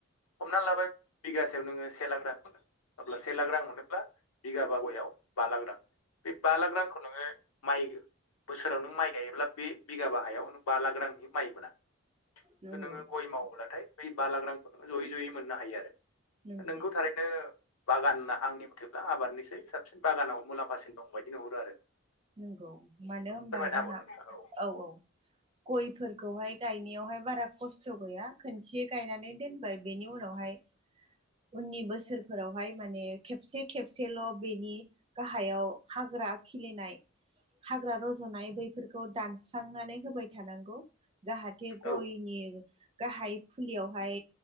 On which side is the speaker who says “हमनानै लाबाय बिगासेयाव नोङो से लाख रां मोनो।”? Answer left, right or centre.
Left